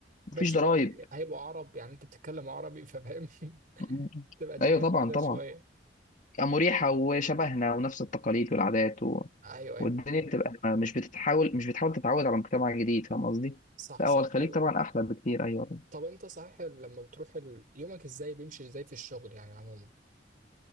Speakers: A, on the right (about 50°); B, on the left (about 45°).
A: في
B: مفيش
A: نفس
B: ضرايب
A: الوقت هيبقوا عرب يعني انت بتتكلم عربي ففاهم <laughs>
B: مم.
A: تبقى الدنيا
B: ايوه طبعا
A: سهله
B: طبعا
A: شويه
B: مريحة وشبهنا ونفس التقاليد والعادات و...
A: ايوه ايوه
B: والدنيا بتبقى مش بتتحاول مش بتحاول تتعود على مجتمع جديد فاهم قصدي؟
A: صح
B: لا
A: صح
B: هو الخليج
A: طب
B: طبعا أحلى بكتير أيوه
A: طب انت صحيح لما بتروح ال- يومك ازاي بيمشي ازاي في الشغل يعني عموما